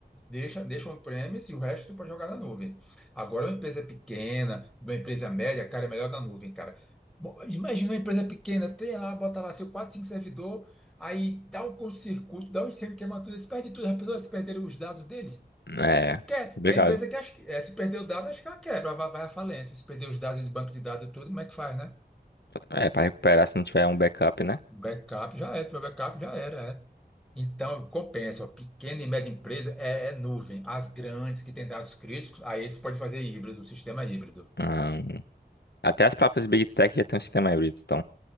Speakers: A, in the centre; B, on the left.
A: Deixa, deixa on-premise e o resto para jogar na nuvem. Agora, uma empresa pequena, uma empresa média, cara, é melhor na nuvem, cara. Bom, imagina uma empresa pequena, tem lá, bota lá seu 4, 5 servidor, aí dá um curto-circuito, dá um incêndio, queima tudo, eles perdem tudo, as pessoas eles perderam os dados deles.
B: é.
A: Quer,
B: Complicado.
A: tem empresa que acha que- eh, se perder o dado, acho que ela quebra, vai, vai à falência. Se perder os dados, esse banco de dados e tudo, como é que faz, né?
B: É, para recuperar se não tiver um backup, né?
A: Backup já é, se tiver backup já era, é. Então, compensa, ó, pequena e média empresa é, é nuvem. As grandes que têm dados críticos, aí você pode fazer híbrido, sistema híbrido.
B: Ah, até as próprias Big Tech já tem um sistema híbrido, então.